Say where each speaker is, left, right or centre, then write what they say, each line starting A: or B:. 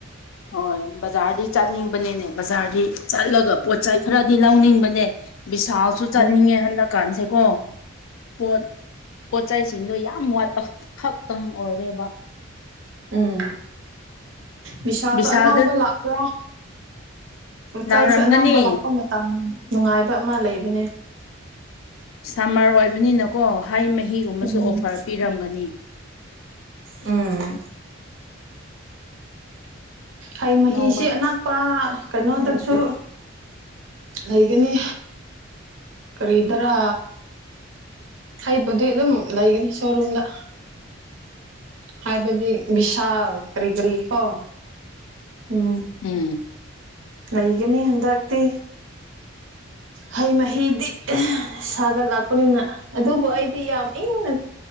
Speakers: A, on the left (about 70°); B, on the right (about 65°).
A: ꯍꯣꯏ ꯕꯖꯥꯔꯗꯤ ꯆꯠꯅꯤꯡꯕꯅꯦꯅꯦ ꯕꯖꯥꯔꯗꯤ ꯆꯠꯂꯒ ꯄꯣꯠꯆꯩ ꯈꯔꯗꯤ ꯂꯧꯅꯤꯡꯕꯅꯦ ꯕꯤꯁꯜꯁꯨ
B: ꯑꯣ
A: ꯆꯠꯅꯤꯡꯉꯦ ꯍꯟꯗꯛꯀꯥꯟꯁꯦ ꯀꯣ ꯄꯣꯠ ꯄꯣꯠꯆꯩꯁꯤꯡꯗꯣ ꯌꯥꯝ ꯋꯥꯠꯄ ꯈꯛꯇꯪ ꯑꯣꯏꯔꯦꯕ
B: ꯎꯝ ꯕꯤꯁꯥꯜꯗꯣ
A: ꯕꯤꯚꯤꯁꯥꯜꯗ
B: ꯑꯅꯧꯕ ꯂꯥꯛꯄ꯭ꯔ ꯄꯣꯆꯥꯏꯁꯨ
A: ꯂꯥꯛꯔꯝꯒꯅꯤ
B: ꯑꯅꯧꯕ ꯂꯥꯛꯄ ꯅꯨꯡꯉꯥꯏꯕ ꯑꯃ ꯂꯩꯕꯅꯤ
A: ꯁꯝꯃꯔ ꯑꯣꯏꯕꯅꯤꯅꯀꯣ ꯍꯥꯏ ꯃꯍꯤꯒꯨꯝꯕꯁꯨ
B: ꯎꯝ
A: ꯑꯣꯐꯔ ꯄꯤꯔꯝꯒꯅꯤ
B: ꯎꯝ ꯍꯩ ꯃꯍꯤꯁꯤ
A: ꯅꯣꯡꯃ
B: ꯑꯅꯛꯄ ꯀꯩꯅꯣꯗꯁꯨ ꯂꯩꯒꯅꯤ ꯈꯔꯤꯗꯔ ꯍꯩꯕꯗꯤ ꯑꯗꯨꯝ ꯂꯩꯒꯅꯤ ꯁꯣꯔꯨꯝꯗ ꯍꯥꯏꯕꯗꯤ ꯕꯤꯁꯥ ꯀꯔꯤ ꯀꯔꯤ ꯀꯣ ꯎꯝ
A: ꯎꯝ
B: ꯂꯩꯒꯅꯤ ꯍꯟꯗꯛꯇꯤ
A: <unintelligible>
B: ꯍꯩ ꯃꯍꯤꯗꯤ ꯁꯥꯒꯠꯂꯛꯄꯅꯤꯅ ꯑꯗꯨꯕꯨ ꯑꯩꯗꯤ ꯌꯥꯝ ꯏꯪꯅ